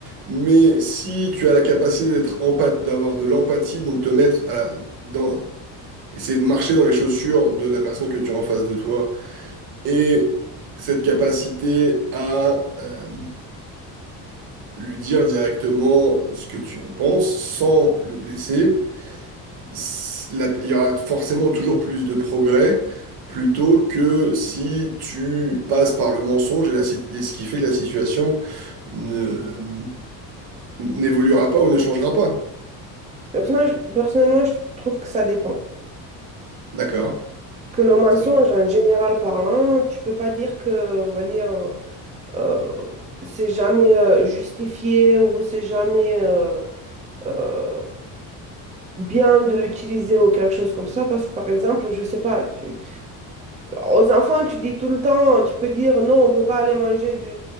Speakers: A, on the right; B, on the right.
A: Mais si tu as la capacité d'être empa- d'avoir de l'empathie, donc te mettre à la- dans, Essayer de marcher dans les chaussures de la personne que tu as en face de toi. Et cette capacité à euh, lui dire directement ce que tu en penses sans le blesser, c'est- la- il y aura forcément toujours plus de progrès plutôt que si tu passes par le mensonge et, la si- et ce qui fait que la situation ne, n'évoluera pas ou ne changera pas.
B: Personnage- personnellement, je trouve que ça dépend.
A: D'accord?
B: que le mensonge,
A: Ça,
B: en général parlant, tu peux pas dire que, on va dire, euh, euh, c'est jamais euh, justifié ou c'est jamais euh, euh, bien de l'utiliser ou quelque chose comme ça, parce que par exemple, je sais pas, tu, aux enfants, tu dis tout le temps, tu peux dire non, on peut pas aller manger du,